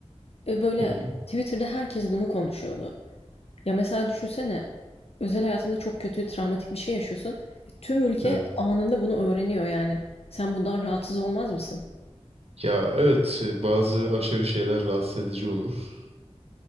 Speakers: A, on the left; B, on the right.
A: Ee, böyle
B: Hı hı.
A: Twitter'da herkes bunu konuşuyordu. Ya mesela düşünsene özel hayatında çok kötü travmatik bir şey yaşıyorsun ve tüm ülke
B: Evet.
A: anında bunu öğreniyor yani. Sen bundan rahatsız olmaz mısın?
B: Ya evet e, bazı aşırı şeyler rahatsız edici olur.